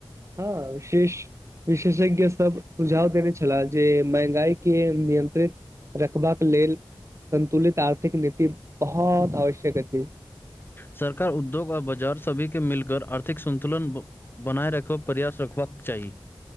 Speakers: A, on the right; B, on the left.
A: हँ विशेष विशेषज्ञ सब सुझाव देने छलाह जे महँंगाई के नियंत्रित रखबाक लेल संतुलित आर्थिक नीति बहुत आवश्यक अछि।
B: सरकार उद्योग आ बाजार सभी के मिलकर आर्थिक सन्तुलन बनाए राखब प्रयास रखबाक चाही।